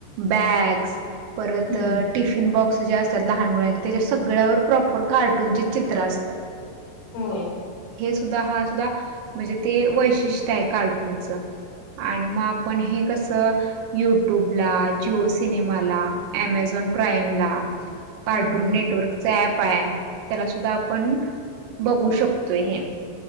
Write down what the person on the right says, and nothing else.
बॅग्स परत
टिफिन बॉक्स जे असतात. लहान मुलांचे त्याच्या सगळ्यावर प्रॉपर कार्टूनचे चित्र असतात.
हे सुद्धा हा सुद्धा मजे ते वैशिष्ट्य आहे कार्टूनच आणि म आपण हे कसं युट्यूब ला, जिओ सिनेमाला, ॲमेझॉन प्राईम ला कार्टून
नेटवर्कच ऍप आहे त्याला सुद्धा आपण बघू शकतोय हे